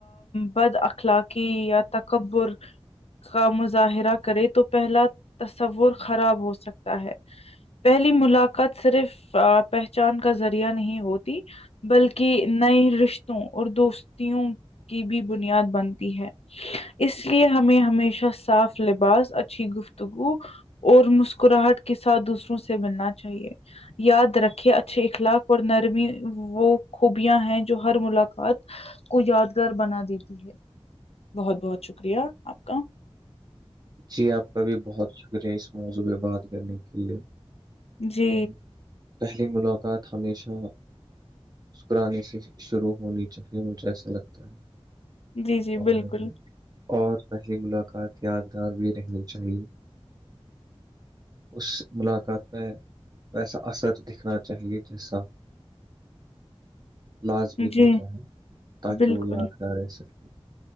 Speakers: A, on the left; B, on the right.
A: بد اخلاقی یا تکبر کا مظاہرہ کرے تو پہلا تصور خراب ہو سکتا ہے پہلی ملاقات صرف پہچان کا ذریعہ نہیں ہوتی بلکہ نئے رشتوں اور دوستوں کی بھی بنیاد بنتی ہے اس لیے ہمیں ہمیشہ صاف لباس اچھی گفتگو اور مسکراہٹ کے ساتھ دوسروں سے ملنا چاہیے یاد رکھے اچھے اخلاق اور نرمی وہ خوبیاں ہیں جو ہر ملاقات کو یادگار بنا دیتی ہے بہت بہت شکریہ آپ کا
B: جی آپ کا بھی بہت شکریہ اس موضوعہ بات کرنے کے لیے
A: جی
B: ام، پہلی ملاقات ہمیشہ مسکرانے سے ہی شروع ہونی چاہیے مجھے ایسا لگتا ہے
A: جی جی
B: اور
A: بالکل
B: اور پی ملاقات یاد رہنی چاہیے اس ملاقات میں ویسا اثر دکھنا چاہیے جیسا لازمی
A: جی
B: ہوتا ہے تاکہ
A: بالکل
B: وہ یا گہ رہ سکے